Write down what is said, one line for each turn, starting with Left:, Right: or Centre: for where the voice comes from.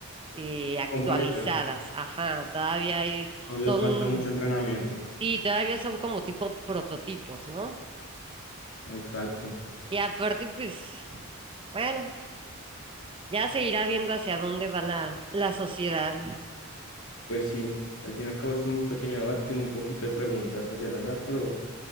Right: eh, actualizadas,
Left: completas.
Right: ajá, todavía hay-
Left: Aún les
Right: son
Left: falta mucho entrenamiento.
Right: Y todavía son como tipo prototipos, ¿no?
Left: Exacto.
Right: Y aparte, pues, bueno, ya se irá viendo hacia dónde va la, la sociedad.
Left: Pues sí, al fin y al cabo es un pequeño debate, un poquito de preguntas hacia el azar, pero